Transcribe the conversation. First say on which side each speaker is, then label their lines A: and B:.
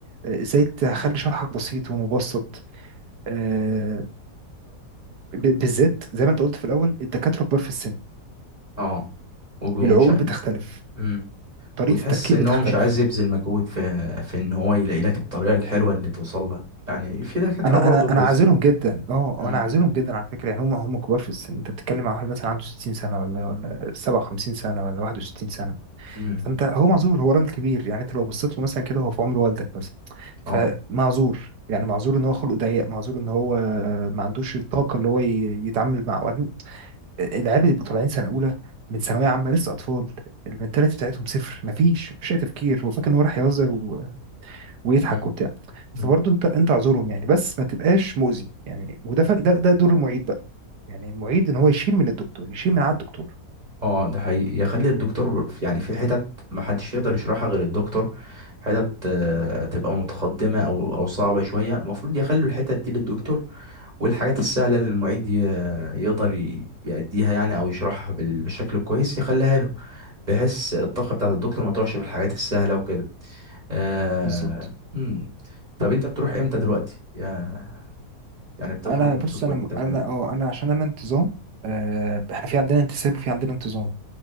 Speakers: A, on the right (about 80°); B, on the right (about 25°).
A: آه ازاي تخلي شرحك بسيط ومبسط آه فبالذات زي ما انت قلت في الاول الدكاتره كبار في السن
B: اه ومش
A: العقول
B: ع-
A: بتختلف
B: امم
A: طريقه
B: وتحس
A: التفكير
B: ان
A: بتختلف
B: هو مش عايز يبذل مجهود في في ان هو يلاقي لك الطريقة الحلوة اللي توصل لك يعني في دكاترة
A: انا
B: برضه
A: انا انا
B: كويسين
A: عازلهم جدا اه
B: امم
A: انا عازلهم جدا على فكره يعني هم هم كبار في السن انت بتتكلم مع واحد مثلا عنده 60 سنه ولا ولا 57 سنه ولا 61
B: امم
A: فانت هو معذور هو راجل كبير يعني انت لو بصيت له مثلا كده هو في عمر والدك مثلا
B: اه
A: فمعذور يعني معذور ان هو خلقه ضيق معذور ان هو ما عندوش الطاقه اللي هو ي- يتعامل مع وبعدين العيال بيبقوا طالعين سنه اولى من ثانويه عامه لسه اطفال المنتاليتي بتاعتهم صفر مفيش مفيش اي تفكير هو فاكر ان هو راح يهزر و... ويضحك
B: امم
A: وبتاع فبرضه
B: امم
A: انت انت اعذرهم يعني بس ما تبقاش مؤذي يعني وده ف... ده ده دور المعيد بقى يعني المعيد ان هو يشيل من الدكتور يشيل من على الدكتور
B: اه ده حقيقي يخلي الدكتور في- يعني في حتت محدش يقدر يشرحها غير الدكتور حتت آه، تبقى متقدمة او او صعبة شوية المفروض يخلوا الحتت دي للدكتور والحاجات السهلة اللي المعيد ي- يقدر ي- يأديها يعني أو يشرحها بال- بالشكل الكويس يخليها له بحيث الطاقة بتاعة الدكتور ما تروحش في الحاجات السهلة وكده آه...
A: بالظبط
B: مم. طب أنت بتروح إمتى دلوقتي؟ يا- يعني بتخرج
A: انا
B: من
A: بص
B: بيتكم
A: انا
B: إمتى وكده؟
A: انا اه انا عشان انا انتظام آه احنا في عندنا انتساب وفي عندنا انتظام